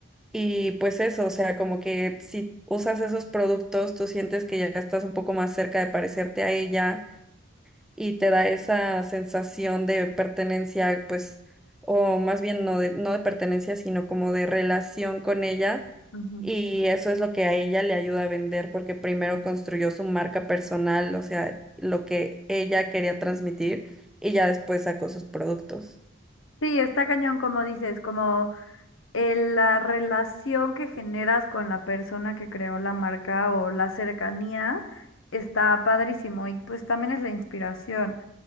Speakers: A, in the centre; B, on the left.
A: y pues eso, o sea, como que si usas esos productos, tú sientes que ya estás un poco más cerca de parecerte a ella y te da esa sensación de pertenencia, pues, o más bien no de, no de pertenencia, sino como de relación con ella.
B: ujú.
A: Y eso es lo que a ella le ayuda a vender porque primero construyó su marca personal, o sea, lo que ella quería transmitir y ya después sacó sus productos.
B: Sí, está cañón, como dices, como... eh, la relación que generas con la persona que creó la marca o la cercanía está padrísimo y pues también es la inspiración.